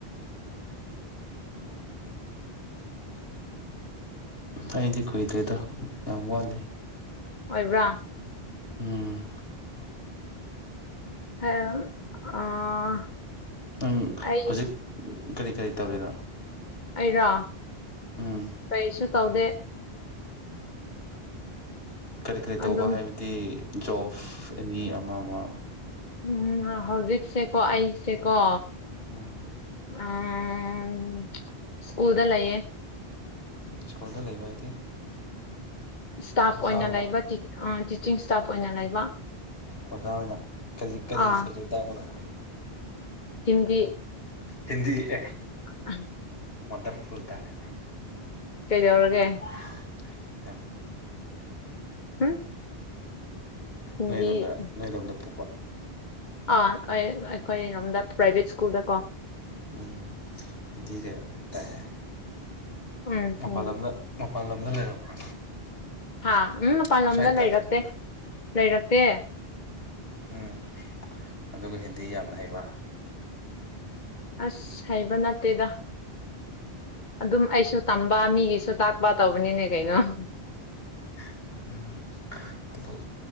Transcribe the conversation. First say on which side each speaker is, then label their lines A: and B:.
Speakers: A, on the left; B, on the left.
A: ꯑ
B: ꯑꯩꯗꯤ ꯀꯨꯏꯗ꯭ꯣꯏꯗ ꯌꯥꯝ ꯋꯥꯠꯂꯦ
A: ꯑꯣꯏꯕ꯭ꯔꯥ
B: ꯎꯝ꯫
A: <unintelligible>
B: ꯑꯝ
A: ꯑꯩ
B: ꯍꯧꯖꯤꯛ ꯀꯔꯤ ꯀꯔꯤ ꯇꯧꯔꯤꯅꯣ꯫
A: ꯑꯩꯔꯣ
B: ꯎꯝ
A: ꯀꯩꯁꯨ ꯇꯧꯗꯦ꯫
B: ꯀꯔꯤ ꯀꯔꯤ ꯇꯧꯕ
A: ꯑꯗꯨꯝ
B: ꯍꯥꯏꯕꯗꯤ ꯖꯣꯐ ꯑꯦꯅꯤ ꯑꯃ ꯃ
A: ꯎꯝꯔꫭ ꯍꯧꯖꯤꯛꯁꯦꯀꯣ ꯑꯩꯁꯦꯀꯣ
B: ꯎꯝ꯫
A: ꯎꯝ ꯁꯀꯨꯜꯗ ꯂꯩꯌꯦ꯫
B: ꯁ꯭ꯀꯨꯜꯗ ꯂꯩꯕ ꯍꯥꯏꯗꯤ꯫
A: ꯁ꯭ꯇꯥꯐ
B: ꯑꯣꯖꯥ
A: ꯑꯣꯏꯅ
B: ꯑꯣꯏꯕ
A: ꯂꯩꯕ ꯇꯤ ꯎꯝ ꯇꯤꯆꯤꯡ ꯁ꯭ꯇꯥꯐ ꯑꯣꯏꯅ ꯂꯩꯕ꯫
B: ꯑꯣꯖꯥ ꯑꯣꯏꯅ ꯀꯔꯤ ꯀꯔꯤ
A: ꯑꯥ
B: ꯁꯕꯖꯦꯛ ꯇꯥꯛꯄꯔꯥ꯫
A: ꯍꯤꯟꯗꯤ꯫
B: ꯍꯤꯟꯗꯤ ꯑꯦ꯫
A: <unintelligible>
B: ꯋꯟꯗꯔꯐꯨꯜ ꯇꯥꯔꯦꯅꯦ꯫
A: ꯀꯩꯗꯧꯔꯒꯦ
B: <inaudible>
A: ꯎꯝ ꯍꯤꯟꯗꯤ
B: ꯅꯣꯏꯗꯣꯝꯗ ꯅꯣꯏꯗꯣꯝꯗ ꯄꯨꯕ꯫
A: ꯑꯥ ꯑꯩ ꯑꯩꯈꯣꯅꯣꯝꯗ ꯄ꯭ꯔꯥꯏꯕꯦꯠ ꯁ꯭ꯀꯨꯜꯗ ꯀꯣ꯫
B: ꯎꯝ ꯍꯤꯟꯗꯤ ꯀꯩ ꯇꯥꯛꯑꯦ
A: ꯎꯝ
B: ꯃꯄꯥꯟ
A: ꯍꯤꯟꯗꯤ
B: ꯂꯝꯗ ꯃꯄꯥꯟ ꯂꯝꯗ ꯂꯩꯔꯛꯄ꯭ꯔ
A: ꯍꯥ ꯎꯝ ꯃꯄꯥꯟ
B: ꯑꯥꯎꯠꯁꯥꯏꯗꯠꯇ
A: ꯂꯝꯗ ꯂꯩꯔꯛꯇꯦ
B: ꯂꯩꯔꯛꯄ꯭ꯔꯥ
A: ꯂꯩꯔꯛꯇꯦ꯫
B: ꯎꯝ ꯑꯗꯨꯒ ꯍꯤꯟꯗꯤ ꯌꯥꯝꯅ ꯍꯩꯕ꯫
A: ꯑꯁ ꯍꯩꯕ ꯅꯠꯇꯦꯗ ꯑꯗꯨꯝ ꯑꯩꯁꯨ ꯇꯝꯕ ꯃꯤꯒꯤꯁꯨ ꯇꯥꯛ ꯕꯥ ꯇꯧꯕꯅꯤꯅꯦ ꯀꯩꯅꫭ꯫
B: <unintelligible> ꯑꯗꯣ